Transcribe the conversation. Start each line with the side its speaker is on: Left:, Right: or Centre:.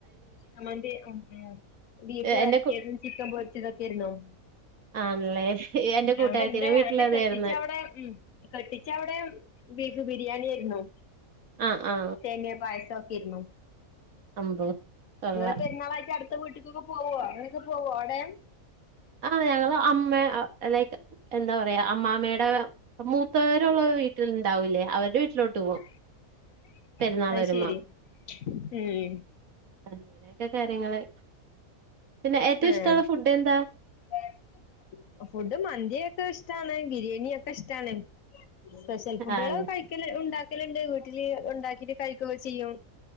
Left: ചിക്കൻ മന്തിയരുന്ന ബീഫ് വരട്ടിയതും
Right: എന്റെ കു
Left: ചിക്കൻ പൊരിച്ചതൊക്കെയിരുന്നോ-
Right: ആണല്ലേ എന്റെ കൂട്ടുകാരത്തിടെ
Left: അവിടെ എന്തേ
Right: വീട്ടിൽ അതായിരുന്നു
Left: കെട്ടിച്ച അവിടെ ഉം. കെട്ടിച്ച അവിടെ ബീഫ് ബിരിയാണി ആയിരുന്നു
Right: ആ ആ
Left: സേമിയ പായസം ചോക്കിരുന്നു
Right: അമ്പോ കൊള്ളാം
Left: നിങ്ങള് പെരുന്നാളായ്ട്ട് അടുത്ത വീട്ടിക്കൊക്കെ പോവോ അങ്ങനൊക്കെ പോവോ അവിടെ
Right: ആഹ് ഞങ്ങള് അമ്മ ലൈക്ക് എന്താ പറയാ അമ്മാമ്മയുടെ മൂത്തവരുള്ള വീട്ടിലുണ്ടാവൂലേ അവര്ടെ വീട്ടിലോട്ട് പോകും
Left: <inaudible>
Right: പെരുന്നാളു
Left: അത്
Right: വരുമ്പോ
Left: ശരി ഉം
Right: അങ്ങനെയക്കെ കാര്യങ്ങള് പിന്നെ ഏറ്റവും
Left: ആഹ്
Right: ഇഷ്ടമുള്ള ഫുഡ് എന്താ
Left: - ഫുഡ് മന്തിയൊക്കെ ഇഷ്ടാണ് ബിരിയാണിയൊക്കെ ഇഷ്ടാണ് സ്പെഷ്യൽ ഫുഡുകള
Right: ആണ്
Left: കഴിക്കല ഉണ്ടാക്കലുണ്ട് വീട്ടില് ഉണ്ടാക്കിട്ട് കഴിക്കോ ചെയ്യൊ